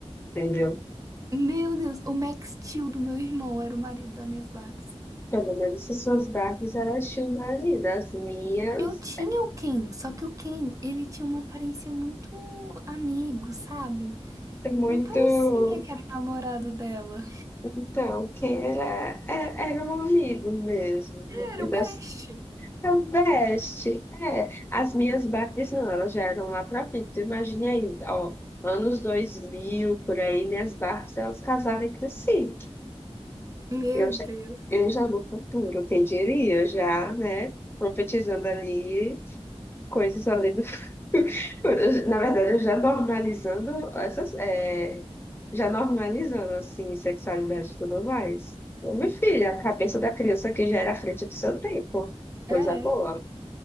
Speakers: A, on the left; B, on the right.
A: entendeu?
B: Meu Deus, o Max Steel do meu irmão era o marido das minhas Barbies.
A: Pelo menos as suas Barbies, elas tinham um marido. As minhas,
B: Eu tinha o Ken, só que o Ken, ele tinha uma aparência muito amigo, sabe?
A: é muito...
B: Não parecia que era o namorado dela.
A: Então, o Ken era, é- era um amigo mesmo. No
B: Era
A: fim
B: o
A: das
B: Best.
A: É o best. É, as minhas Barbies não, elas já eram lá pra frente. Tu imagina aí, ó, anos 2000 por aí, minhas Barbies, elas casaram entre si.
B: Meu
A: Eu já,
B: Deus.
A: eu já no futuro, quem diria, já, né, profetizando ali coisas ali do <laughs> Na verdade, eu já normalizando essas, é, já normalizando, assim, sexualidade e tudo mais. Meu filho, a cabeça da criança que já era à frente do seu tempo. Coisa
B: É,
A: boa.